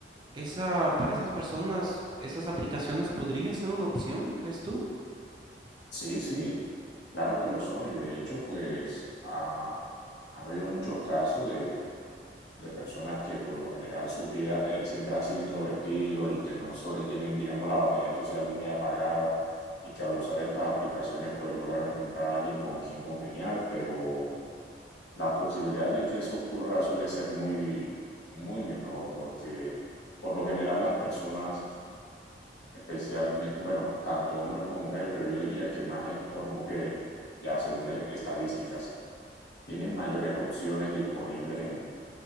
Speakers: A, on the right; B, on the left.
A: Esa, para esas personas, esas aplicaciones podría ser una opción, ¿crees tú?
B: Sí, sí, claro que lo son y de hecho pues ha, ha habido muchos casos de, de personas que por lo general sus vidas eh, siempre han sido introvertidos y que no so- y tienen, digamos, la batería social muy apagada y que al usar estas aplicaciones pues logran encontrar a alguien con quien congeniar, pero la posibilidad de que eso ocurra suele ser muy, muy menor porque por lo general las personas, especialmente, bueno, tanto hombres como mujeres, pero yo diría que más es por mujeres, ya según e- estadísticas, tienen mayores opciones disponibles en,